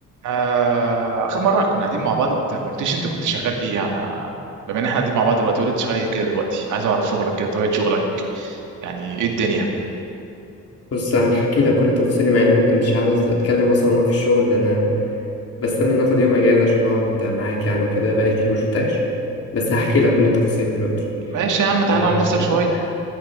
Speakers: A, on the right; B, on the left.
A: آه، اخر مره كنا قاعدين مع بعض انت ما قلتيش انت كنت شغال ايه يعني بما ان احنا قاعدين مع بعض دلوقتي قولي انت شغال ايه كده دلوقتي عايز اعرف شغلك كده طبيعه شغلك يعني ايه الدنيا
B: بص هحكي لك كل تفاصيلي مع اني ما كنتش عاوز اتكلم اصلا عموما في الشغل انا بستنى ناخد يوم اجازه عشان اقعد معاك يعني وكده بقالي كتير ما شفتكش بس هحكي لك كل التفاصيل دلوقتي
A: ماشي يا عم تعالى
B: أه
A: عن نفسك شويه